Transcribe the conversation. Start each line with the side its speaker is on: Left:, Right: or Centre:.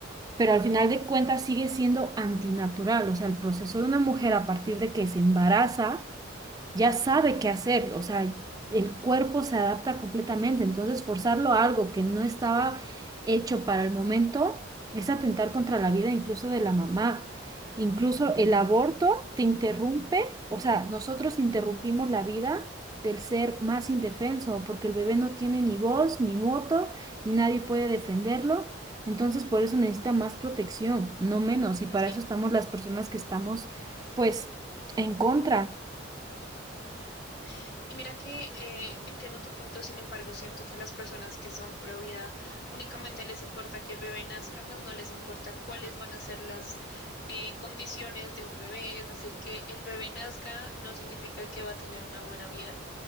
Right: pero al final de cuentas sigue siendo antinatural. O sea, el proceso de una mujer a partir de que se embaraza ya sabe
Left: ajá,
Right: qué hacer, o sea, el cuerpo se adapta completamente, entonces forzarlo a algo que no estaba hecho para el momento es atentar contra la vida incluso de la mamá. Incluso el aborto te interrumpe, o sea, nosotros interrumpimos la vida del ser más indefenso, porque el bebé no tiene ni voz, ni voto, ni nadie puede defenderlo. Entonces, por eso necesita más protección, no menos, y para
Left: sí.
Right: eso estamos las personas que estamos, pues, en contra.
Left: ajá. Y mira que eh, entiendo tu punto, sin embargo, siento que las personas que son pro vida únicamente les importa que el bebé nazca, más no les importa cuáles van a ser las eh, condiciones de un bebé. Es decir, que el bebé nazca no significa que va a tener una buena vida,